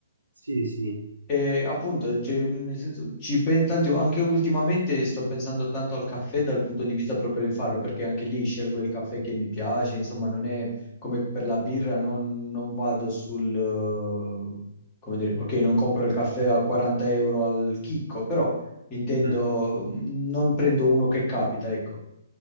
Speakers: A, on the right; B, on the left.
A: Sì, sì,
B: E appunto, cioè, nel senso, ci pen- tanti- anche ultimamente sto pensando tanto al caffè dal punto di vista proprio di farlo, perché anche lì scelgo il caffè che mi piace, insomma, non è come per la birra, non, non vado sul, eh, come dire, ok, non compro il caffè a 40 euro al chicco, però intendo,
A: certo,
B: mm, non prendo uno che capita, ecco.